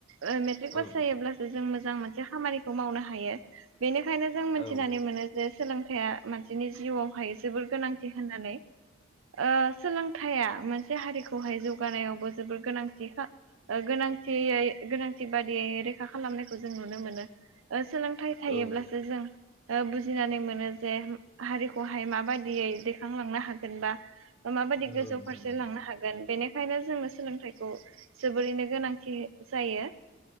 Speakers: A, on the right; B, on the left.
A: ओ मेट्रिक पास
B: औ
A: जायोब्लासो जों मोजां मोनसे खामानिखौ मावनो हायो। बेनिखायनो जों मिन्थिनानै
B: औ
A: मोनो जे सोलों थाया मानसिनि जिउआवहाय जोबोर गोनांथि होन्नानै। ओ सोलोंथाइया मोनसे हारिखौहाय जौगानायावबो जोबोर गोनांथिखा ओ गोनांथियै गोनांथि बादियै रैखा खालामनायखौ जों नुनो मोनो ओ सो सोलोंथाइ थायोब्लासो
B: औ
A: जों ओ बुजिनानै मोनो जे होम हारिख खौहाय माबादियै दैखांलांनो हागोन बा ओ माबादि
B: नंगौ
A: गोजौ
B: नोंथां
A: फारसे लांनो हागोन बेनिख खायनो जोंङो सोलोंथाइखौ जोबोरैनो गोनांथि जायो।